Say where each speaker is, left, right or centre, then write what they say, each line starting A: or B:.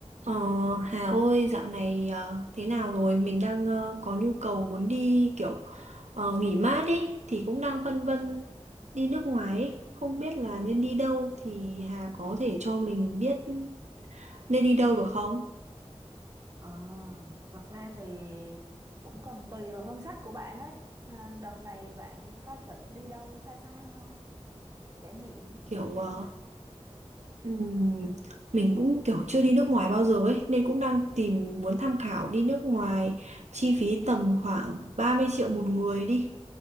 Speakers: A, on the right; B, on the right.
A: Ờ, Hà ơi, dạo này ờ, thế nào rồi? Mình đang ờ, có nhu cầu muốn đi kiểu ờ, nghỉ mát ý, thì cũng đang phân vân đi nước ngoài ý. Không biết là nên đi đâu thì Hà có thể cho mình biết nên đi đâu được không?
B: Ờ, thật ra thì cũng còn tùy vào ngân sách của bạn ấy. À, đợt này bạn có định đi đâu xa xa không? Trải nghiệm
A: Kiểu
B: kiểu kiểu
A: ờ, ừm, mình cũng kiểu chưa đi nước ngoài bao giờ ấy, nên cũng đang tìm muốn tham khảo đi nước ngoài chi phí tầm khoảng 30 triệu một người đi.